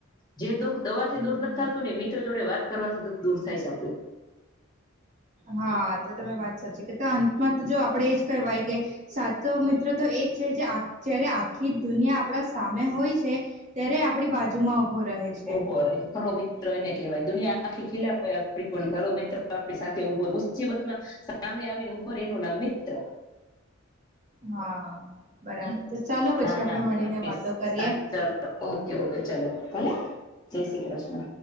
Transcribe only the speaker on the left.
જે બો દવા થી
દૂર નથી થતું ને મિત્ર જોડે વાત કરવાથી દુઃખ દૂર થાય છે આપડું.
ઉભો રહે ખરો મિત્ર એને કહેવાય દુનિયા આખી ખિલા હોય આપ પણ ખરો મિત્ર આપણી સાથે ઉભો મુસીબતમાં સામે આવીને ઉભુ એનું નામ મિત્ર.
<unintelligible>
ના ના
શાંતિ
અ ઓકે ઓકે ચલો ભલે જય શ્રી કૃષ્ણ